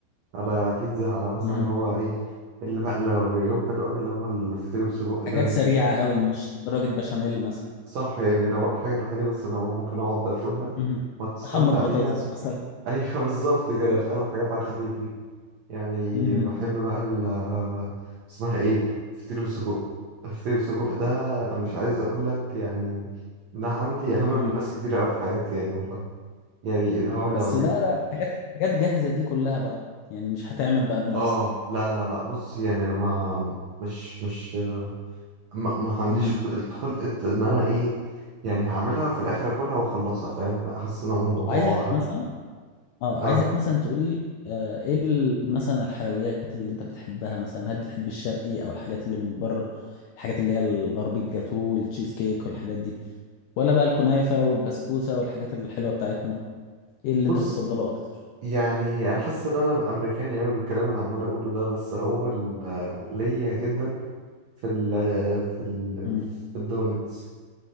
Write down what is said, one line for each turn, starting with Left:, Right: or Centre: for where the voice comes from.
Right: على بيتزا على مثلا
Left: مم.
Right: هو ايه اللي بقى لو يوم حلو قوي اللي هو الفطير بالسجق ده
Left: حاجات
Right: من
Left: سريعة قوي مش درجة بشاميل مثلا
Right: صح يعني ده هو الحاجه الوحيده بس اللي هو ممكن اقعد اكلها
Left: مم.
Right: وتستمتع
Left: تحمر بطاطس
Right: بيها
Left: مثلا
Right: ايوه <laughs> بالظبط كده
Left: ت-
Right: فاهم الحاجات على الخفيف دي يعني
Left: مم.
Right: بحب بقى ال اسمها ايه فطير بالسجق فطير بالسجق ده مش عايز اقول لك يعني ده عندي اهم من
Left: مم.
Right: ناس كتير قوي في حياتي يعني والله يعني اللي هو لو
Left: بس
Right: ي-
Left: بقى, بقى حاجات حاجات جاهزة دي كلها بقى يعني مش هتعمل بقى بنفسك
Right: اه لا لا لا بص يعني انا ما مش مش ما, ما عنديش
Left: مم.
Right: خلقة ان انا ايه يعني هعملها وفي الاخر اكلها واخلصها فاهم احس ان هو الموضوع
Left: طب عايزك مثلا اه عايزك
Right: اه
Left: مثلا تقول لي آه، ايه ال- مثلا الحلويات اللي انت بتحبها مثلا هل بتحب الشرقي او الحاجات اللي من بره الحاجات اللي هي الغربي الجاتو والتشيز كيك والحاجات دي ولا بقى الكنافة والبسبوسة والحاجات الحلوة بتاعتنا ايه اللي
Right: بص
Left: انت بتفضله اكتر
Right: يعني انا حاسس ان انا امريكاني قوي بالكلام اللي عمال اقوله ده بس هو ال- ليا جدا في ال في ال
Left: امم
Right: في الدونتس